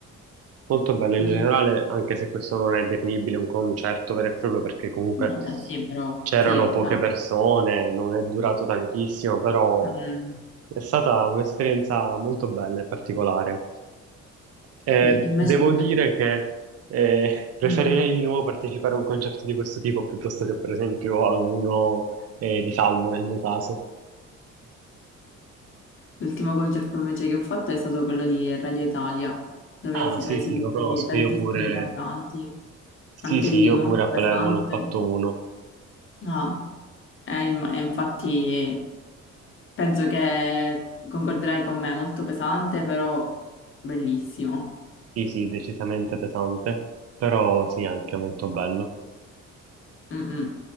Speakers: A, on the right (about 55°); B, on the left (about 40°).
A: molto bello in
B: Mm,
A: generale, anche se questo non è definibile un concerto vero e proprio perché comunque
B: no, beh, sì, però,
A: c'erano
B: sì,
A: poche
B: dai.
A: persone, non è durato tantissimo, però
B: Mm,
A: è stata un'esperienza molto bella e particolare. Eh,
B: sì, Invece,
A: devo dire che eh, <laughs> preferirei
B: mm,
A: di nuovo partecipare a un concerto di questo tipo piuttosto che, per esempio, a uno eh, di Salmo nel mio caso.
B: l'ultimo concerto invece che ho fatto è stato quello di Radio Italia, dove
A: Ah,
B: si
A: sì,
B: sono esibiti
A: sì, lo conosco,
B: tantissimi
A: io pure,
B: cantanti,
A: sì,
B: anche
A: sì,
B: lì
A: io
B: molto
A: pure a
B: pesante.
A: Palermo ne ho fatto uno,
B: No, è, im- è infatti, penso che concorderai con me, molto pesante, però bellissimo.
A: sì, sì, decisamente pesante, però sì, anche molto bello.
B: Mm, mm.